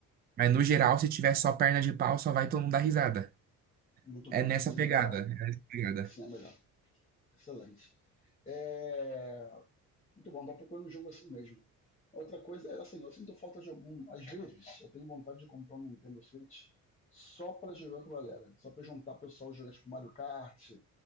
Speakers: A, on the right (about 30°); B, on the left (about 20°).
A: Mas no geral, se tiver só perna de pau, só vai todo mundo dar risada.
B: Muito
A: É
B: bom.
A: nessa
B: Assim
A: pegada.
B: que é melhor.
A: É nessa pegada.
B: Assim é melhor. Excelente. É, Muito bom, tá procurando um jogo assim mesmo. Outra coisa é assim, eu sinto falta de algum. Às vezes, eu tenho vontade de comprar um Nintendo Switch só pra jogar com a galera. Só pra juntar o pessoal e jogar tipo Mario Kart,